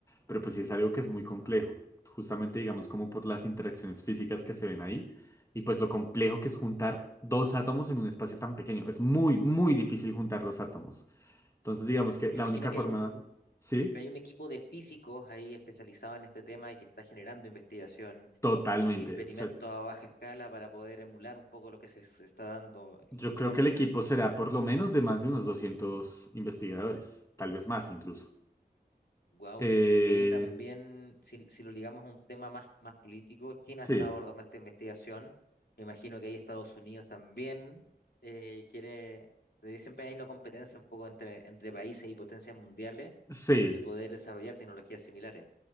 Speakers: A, on the left; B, on the left.
A: pero pues sí es algo que es muy complejo, justamente digamos como por las interacciones físicas que se ven ahí, y pues lo complejo que es juntar dos átomos en un espacio tan pequeño. Es muy, muy difícil juntar dos átomos. Entonces digamos que
B: Me
A: la
B: imagino
A: única
B: que
A: forma,
B: hay un,
A: sí,
B: que hay un equipo de físicos ahí especializado en este tema y que está generando investigación
A: totalmente.
B: y experimentos
A: O sea,
B: a baja escala para poder emular un poco lo que se, se está dando el
A: yo
B: fenómeno.
A: creo que el equipo será por lo menos de más de unos 200 investigadores, tal vez más incluso.
B: Wow.
A: Eh,
B: Y ahí también, si, si lo ligamos a un tema más, más político, China
A: sí,
B: está abordando esta investigación. Me imagino que ahí Estados Unidos también eh, quiere, porque siempre hay una competencia un poco entre, entre países y potencias mundiales
A: sí,
B: de poder desarrollar tecnologías similares.